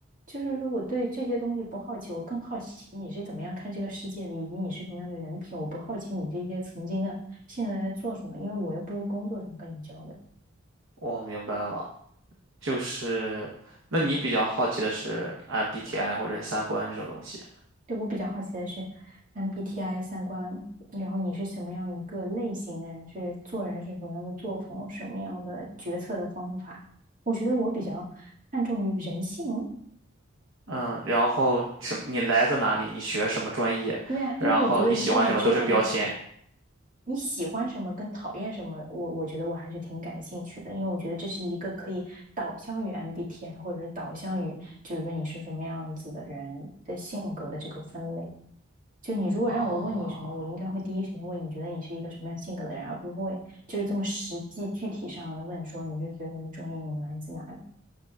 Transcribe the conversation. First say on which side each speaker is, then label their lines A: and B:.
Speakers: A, on the right (about 40°); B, on the right (about 80°).
A: 就是说我对这些东西不好奇，我更好奇你是怎么样看这个世界的，以及你是什么样的人品，我不好奇你这些曾经的现在在做什么，因为我又不是工作上跟你交流。
B: 我明白了，就是那你比较好奇的是 MBTI 或者是三观这种东西。
A: 对，我比较好奇的是，MBTI 三观，然后你是什么样一个类型的人？是做人是什么样的作风？什么样的决策的方法？我觉得我比较看重于人性。
B: 嗯，然后什你来自哪里？你学什么专业？
A: 对啊，
B: 然后你喜欢什么都是标签
A: 因为我觉得如果你知道我喜你喜欢什么跟讨厌什么，我我觉得我还是挺感兴趣的，因为我觉得这是一个可以导向于 MBTI 或者是导向于，就是说你是什么样子的人的性格的这个分类。就你如果让我问你什么，
B: 啊。
A: 我应该会第一时间问你觉得你是一个什么样性格的人，而不会就是这么实际具体上的问说你是学什么专业，你来自哪里。